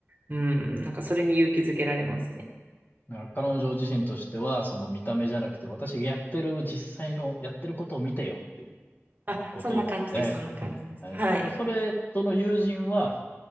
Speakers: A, on the right; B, on the left.
A: うんなんかそれに勇気づけられますね
B: だから彼女自身としては、その見た目じゃなくて、私がやってる実際の、やってることを見てよっていう
A: あそんな感じですそんな感じですはい
B: ことですよね。えーでもそれ、その友人は、